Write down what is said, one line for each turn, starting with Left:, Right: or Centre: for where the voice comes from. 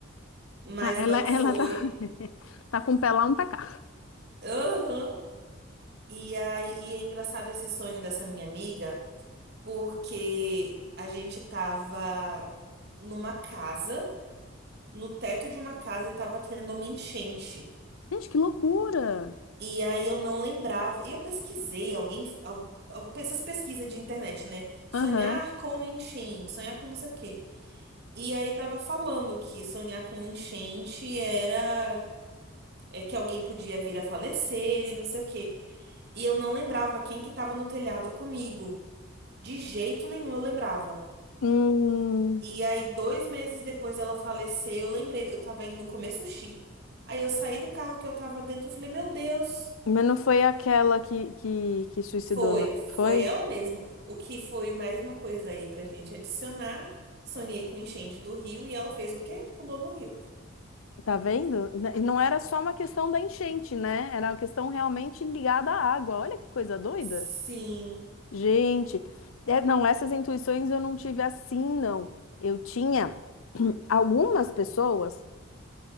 Right: Mas
Left: Ah, ela,
Right: não
Left: ela
Right: foi.
Left: tá, <laughs> tá com o pé lá, um pé cá.
Right: Aham. E aí, e é engraçado esse sonho dessa minha amiga, porque a gente tava numa casa, no teto de uma casa, e tava tendo uma enchente.
Left: Gente, que loucura!
Right: E aí eu não lembrava. E eu pesquisei, alguém. al- al- Essas pesquisas de internet, né? Sonhar
Left: Aham.
Right: com enchente, sonhar com não sei o quê. E aí tava falando que sonhar com enchente era é que alguém podia vir a falecer e não sei o quê. E eu não lembrava quem que tava no telhado comigo. De jeito nenhum eu lembrava.
Left: Hum,
Right: E aí, dois meses depois dela falecer, eu lembrei, eu tava indo comer sushi. Aí eu saí do carro que eu tava dentro e falei, meu Deus.
Left: mas não foi aquela que, que, que suicidou,
Right: Foi,
Left: não?
Right: foi
Left: Foi?
Right: ela mesma. O que foi mais uma coisa aí pra gente adicionar. Sonhei com enchente do rio e ela fez o quê? Pulou no rio.
Left: Tá vendo? E não era só uma questão da enchente, né? Era uma questão realmente ligada à água. Olha que coisa doida.
Right: Sim.
Left: Gente, é, não, essas intuições eu não tive assim, não. Eu tinha algumas pessoas,